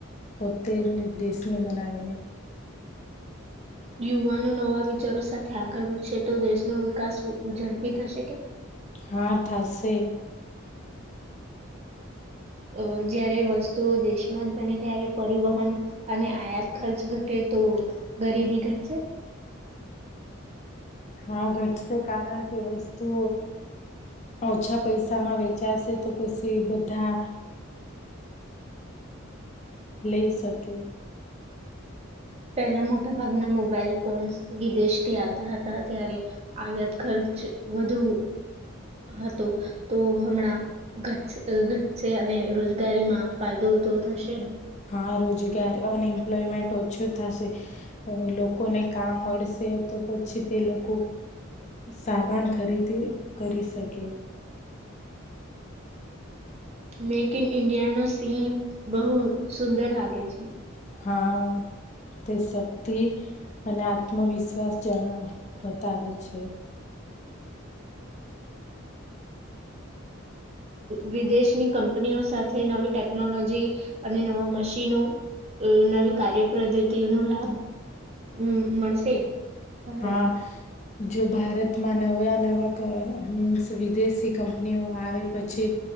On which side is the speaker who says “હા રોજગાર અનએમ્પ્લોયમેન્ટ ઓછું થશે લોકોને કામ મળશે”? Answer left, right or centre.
Left